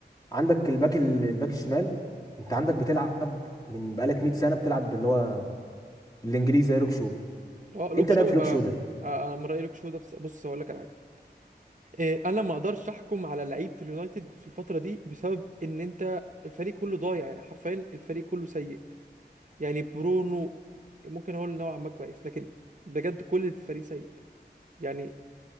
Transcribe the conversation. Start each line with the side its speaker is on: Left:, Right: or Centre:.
Left: عندك الباك ال- الباك الشمال انت عندك بتلعب من بقالك 100 سنه بتلعب اللي هو الانجليزي زي لوك شو
Right: اه لوك
Left: انت
Right: شو
Left: رايك في
Right: آه
Left: لوك شو ده
Right: آه انا من رايي لوك شو ده بس بص هقول لك على حاجه آه انا ما اقدرش احكم على لعيب في اليونايتد في الفتره دي بسبب ان انت الفريق كله ضايع يعني حرفيا الفريق كله سيء يعني برونو ممكن اقول نوعا ما كويس لكن بجد كل الفريق سيء يعني